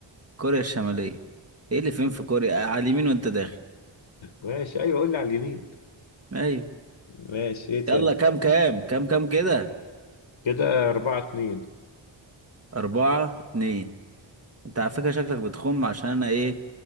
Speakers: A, on the right; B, on the left.
A: كوريا الشمالية ايه اللي فين في كوريا على اليمين وانت داخل
B: ماشي ايوه قول لي على اليمين
A: ايوه
B: ماشي ايه تاني
A: يلا كام كام كام كام كده
B: كده أربعة اتنين
A: أربعة اتنين انت على فكرة شكلك بتخم عشان انا ايه